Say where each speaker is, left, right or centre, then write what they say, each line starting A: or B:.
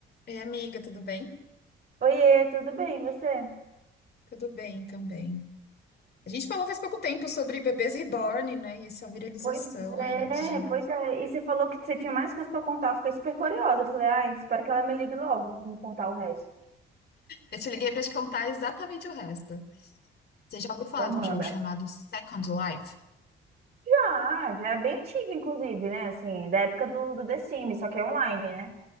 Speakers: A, on the left (about 55°); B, on the right (about 55°).
A: Ei, amiga, tudo bem?
B: Oiê, tudo bem, e você?
A: Tudo bem também. A gente falou faz pouco tempo sobre bebês reborn, né? E essa viralização
B: Pois é,
A: aí de.
B: pois é. E você falou que você tinha mais coisas pra contar. Eu fiquei super curiosa. Eu falei, ai, espero que ela me ligue logo pra me contar o resto.
A: Eu te liguei pra te contar exatamente o resto. Você já ouviu falar
B: Então
A: de
B: manda.
A: um jogo chamado Second Life?
B: Já, já é bem antigo, inclusive, né? Assim, da época do, do The Sims, só que é online, né?